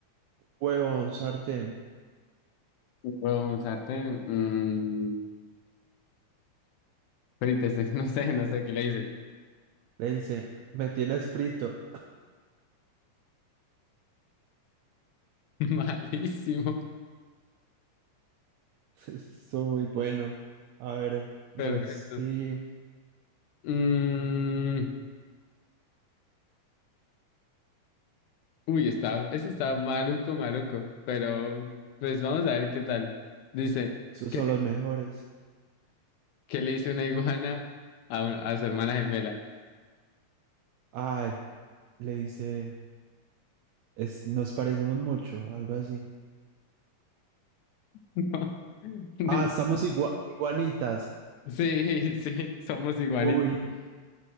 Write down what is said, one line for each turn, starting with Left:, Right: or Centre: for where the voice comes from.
Right: huevo a un sartén?
Left: Bueno, un sartén. mm, Ahorita sí, <laughs> no sé, no sé qué le hice.
Right: Le dice, me tienes frito.
Left: <laughs> Malísimo,
Right: <laughs> Estuvo muy bueno. A ver,
Left: perfecto.
Right: a ver si...
Left: Mm, uy, está, eso está maluco, maluco, pero pues vamos a ver qué tal. Dice,
Right: Esos
Left: ¿qué,
Right: son los mejores.
Left: qué le hizo una iguana a, un- a su hermana gemela?
Right: Ah, le dice, es, nos parecemos mucho, algo así.
Left: <laughs> No. Dice,
Right: Ah, estamos igua- iguanitas.
Left: sí, sí, somos iguanitos,
Right: Uy,